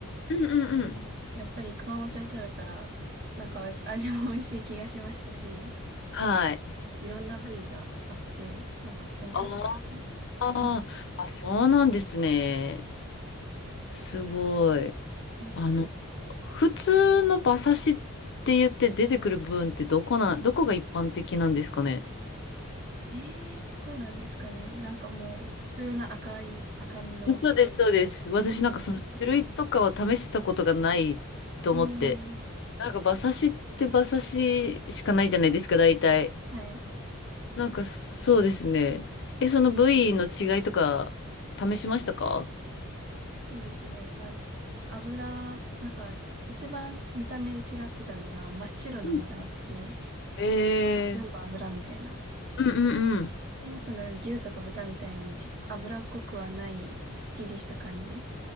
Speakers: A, on the left; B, on the right.
A: うんうんうん。
B: うん、やっぱり熊本で食べたら、なんか味、味も美味しい気がしましたし、
A: はい。
B: なんかいろんな部位があって、なんか、お楽しかったです。
A: あーあ、
B: うん
A: そうなんですね。すごい。
B: うん
A: あの、普通の馬刺しって言って出てくる部分ってどこな、どこが一般的なんですかね。
B: ええーどこなんですかね。なんかもう、普通の赤い、赤身の
A: そうです、そうです。私なんかその種類とかは試したことがないと思って。
B: ですよね。うん。
A: なんか馬刺しって馬刺ししかないじゃないですか、大体。
B: はい。
A: なんかそうですね。え、その部位の違いとか試しましたか
B: そうですね。なん、油、なんか、一番見た目で違ってたのが、真っ白の身があって、
A: うんえ
B: 全部油みたいな。
A: ー、うんうんうん。
B: でもその牛とか豚みたいに結構脂っこくはない、すっきりした感じ